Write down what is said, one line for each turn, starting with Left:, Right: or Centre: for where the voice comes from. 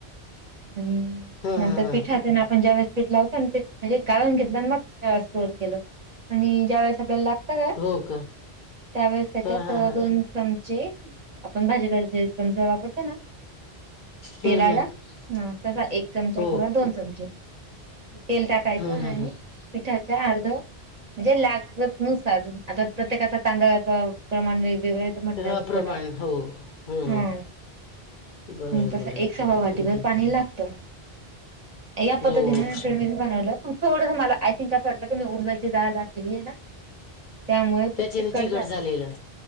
Right: आणि
Left: हा हा
Right: नंतर
Left: हा
Right: पीठातना आपण ज्या वळे पठ ला होतो आणि ते म्हणजे गाळून घेतलं आणि मग स्टोर केलं आणि ज्यावेेळेस आपगळला ला
Left: हो का
Right: त्यावेळेस त्याच्यात
Left: हा हा हा
Right: दोन चमचे आपण भाजी त चमचा वापरतो ना
Left: हम्म
Right: तेलाला
Left: हम्म
Right: ह तसा एक चमचा
Left: हो
Right: किंवा दोन चमचे तेल टाकायचं
Left: हम्म हम्म
Right: आणि
Left: हम्म
Right: पिठाच अर्ध म्हणजे लाग नुसार आता प्रत्येकाच्या तांदळाचं प्रमाण वेगवेगळ म्हटल्यावर
Left: हा प्रमाण
Right: जरा
Left: हो हम्म
Right: हा
Left: हम्म बरं
Right: तस
Left: बरं
Right: एक
Left: हम्म
Right: सवा वाटीभर
Left: हम्म
Right: पाणी लागतं या पद्धतीने
Left: हो हो
Right: प्रेच बनवलं पण थोडंस मला आय थिंक असं वाटलं की मी उर्जाची जाडळ टाकली आहे ना त्यामुळे
Left: त्याच्याने
Right: ते चिकट
Left: चिघट
Right: झालं
Left: झालेलं